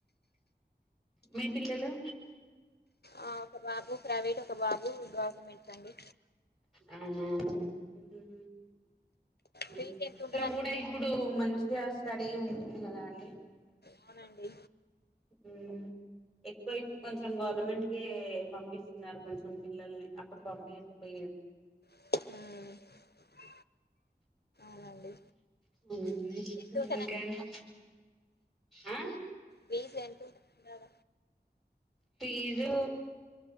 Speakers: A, in the centre; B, on the left.
A: మీ పిల్లలు
B: ఆ ఒక బాబు ప్రైవేట్ ఒక బాబు గవర్నమెంట్ అండి
A: అవునవును మ్
B: ఫీజు
A: గవర్నమెంట్
B: ఎంత ఉంటదండి
A: లో కూడా ఇప్పుడు మంచిగా స్టడీ ఉంటుంది కదా అండి
B: అవునండి
A: మ్ ఎక్కువ ఇప్పుడు కొంచెం గవర్నమెంట్ కే పంపిస్తున్నారు కొంచెం పిల్లల్ని అప్పుడు పంపయకపోయ
B: మ్ అవునండి
A: <unintelligible>
B: ఫీజు ఎంత ఉంటదండి
A: ఆ
B: వీజ్ ఎంత ఉంటుందండి ఆడ
A: పీజు